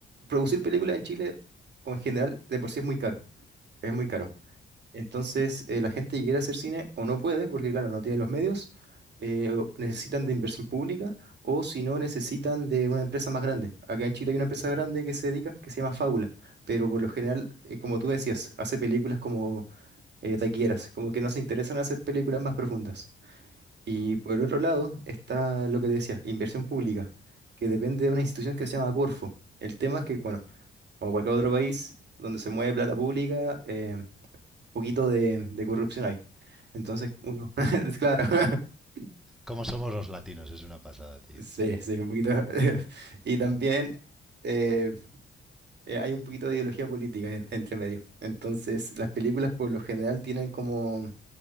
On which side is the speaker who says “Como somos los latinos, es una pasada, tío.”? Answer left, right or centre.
Centre